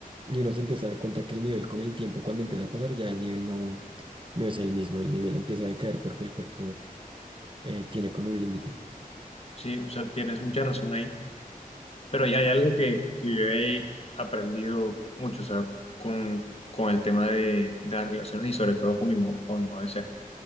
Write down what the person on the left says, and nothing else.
Sí, o sea, tienes mucha razón ahí, pero ya hay algo que, que yo he aprendido mucho, o sea, con, con el tema de, de las relaciones y sobre todo con mi, mo- con mi modo de ser.